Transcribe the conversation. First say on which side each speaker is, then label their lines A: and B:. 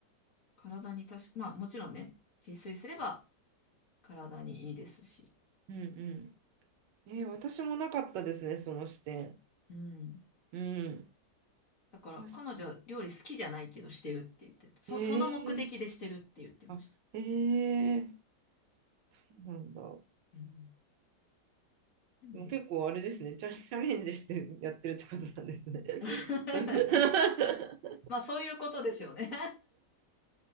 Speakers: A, on the left; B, on the right.
A: 体にたしまあもちろんね、自炊すれば体にいいですし。
B: ー、うんうん。えー、私もなかったですね、その視点。
A: うん。
B: うん。
A: だから彼女は料理好きじゃないけどしてるって言ってた。
B: 確かに。
A: そ、
B: ええ
A: その目的でしてるって言ってました。
B: あ、ええそうなんだ。
A: うん。でも、
B: でも結構あれですね、チャ、<laughs> チャレンジしてやってるってことなんですね。
A: <laughs>
B: <laughs>
A: まあそういうことでしょうね